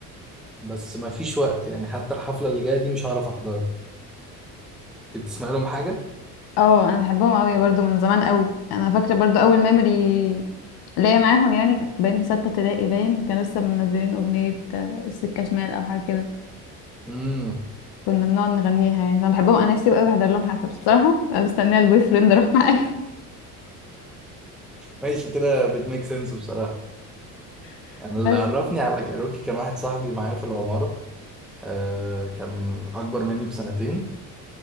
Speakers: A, in the centre; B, on the left (about 60°).
A: بس ما فيش وقت يعني حتى الحفله اللي جايه دي مش هعرف احضرها انت بتسمع لهم حاجه
B: اه انا بحبهم قوي برضو من زمان قوي انا فاكره برضو اول ميموري ليا معاهم يعني كانت باين ستة ابتدائي باين كانوا لسه منزلين اغنيه آه، السكه شمال او حاجه كده
A: امم
B: كنا بنقعد نغنيها يعني فانا بحبهم انا نفسي بقى احضر لهم حفله بس بصراحه أنا مستنيه البوي فريند اروح معاه
A: ماشي كده بتميك سنس بصراحه
B: <laughs>
A: انا
B: بس
A: اللي عرفني على كايروكي كان واحد صاحبي معايا في العماره آه... كان اكبر مني بسنتين